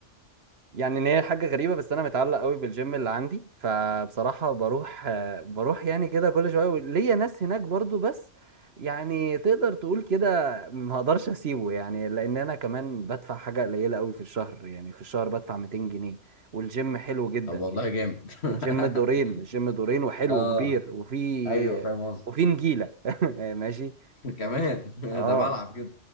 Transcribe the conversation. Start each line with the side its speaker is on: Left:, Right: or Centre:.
Right: يعني ان هي حاجه غريبه بس انا متعلق قوي بالجيم اللي عندي فبصراحه بروح آه، بروح يعني كده كل شويه ليا ناس هناك برضو بس يعني تقدر تقول كده ما اقدرش اسيبه يعني لان انا كمان بدفع حاجه قليله قوي في الشهر يعني في الشهر بدفع 200 جنيه والجيم حلو جدا
Left: طب
Right: يعني
Left: والله جامد <laughs>
Right: الجيم دورين الجيم دورين وحلو
Left: اه
Right: وكبير وفي
Left: ايوه فاهم قصدي
Right: وفي نجيله <laughs> ماشي
Left: <laughs> كمان <laughs>
Right: اه
Left: ده بلعب كده